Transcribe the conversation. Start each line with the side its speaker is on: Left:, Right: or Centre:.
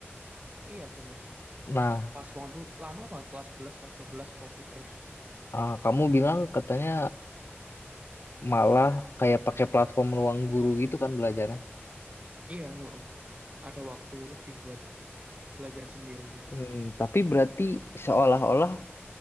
Right: iya bener
Left: Nah,
Right: pas waktu lama banget kelas 11 kelas 12 COVID terus
Left: ah, kamu bilang katanya malah kayak pakai platform ruang guru gitu kan belajarnya.
Right: iya heeh. ada waktu lebih buat belajar sendiri gitu
Left: Hmm, tapi berarti seolah-olah